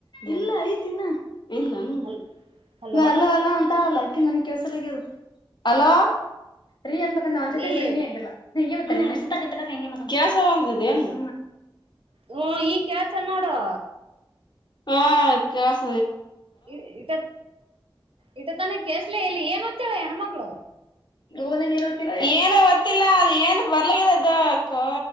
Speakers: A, on the left (about 55°); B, on the right (about 85°).
A: ಇಲ್ಲ ಐ ತಿ ಇನ್ನ ಇಲ್ಲ ಈಗ
B: ಹಲ್ ಹಲೋ
A: ಅಲ್ಲ ಅಲ್ಲ ಅಂತ ಅಲ್ಲ ನನ್ ಕೆಸಲದು ಅಲಾ ೀನ್
B: ಏ
A: ್ರೀನಲ್ಲ ಹ ಟ್ಟ ಕಸ ಒ ಹ್ಮ್
B: ಹ ಈ ಕಳ್ತ ನೋಡುವ
A: ಹಾ ಕಸ
B: ಇ ಇಟ್ಟ ಇಟ ತಾನೆ ಕಸಲ ಎಲ್ಲಿ ಏನು ಹೊತ್ತಾಳ ಹೆಣ್ಣ್ಮಗಳು
A: ಹನೆ ನೀರು ಏನು ಒೊತ್ತಿಲ್ಲ ಅದು ಏನ್ ಬರ್ಲಕ್ಕ ಅದ ಕ